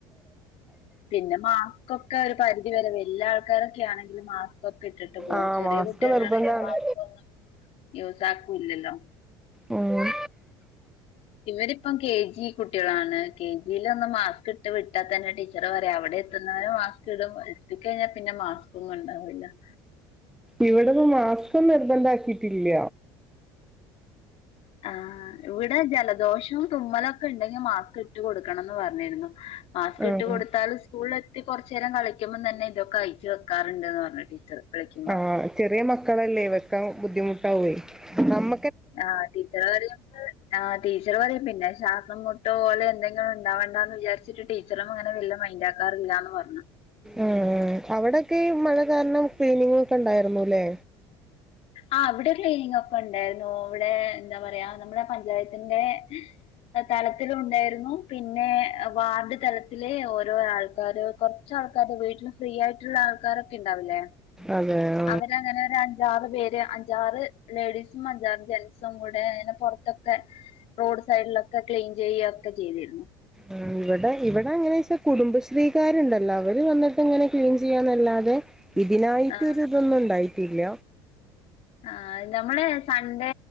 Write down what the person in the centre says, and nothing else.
ആഹ്
മാസ്ക്
നിർബന്ധാണ്
ഉം
ഇവിടന്ന് മാസ്ക നിർബന്ധമാക്കിയിട്ടില്ല.
ആഹ്
ആഹ് ചെറിയ മക്കളല്ലേ ഇവക്ക ബുദ്ധിമുട്ടാവേ നമ്മ
ഉം ഉം അവിടെക്കെ ഈ മഴ കാരണം ക്ലിനിംഗ് ഒക്കെ ഉണ്ടായിരുന്നുല്ലേ.
അതെതെ
ഉം ഇവിടെ ഇവിടെ അങ്ങനെ വെച്ചാ കുടുംബശ്രീകാരുണ്ടല്ലോ. അവര് വന്നിട്ട് ഇങ്ങനെ ക്ലീൻ ചെയ്യാൻന്നല്ലാതെ. ഇതിനായിട്ട്
ഇതൊന്നും ഉണ്ടായിട്ടില്ല.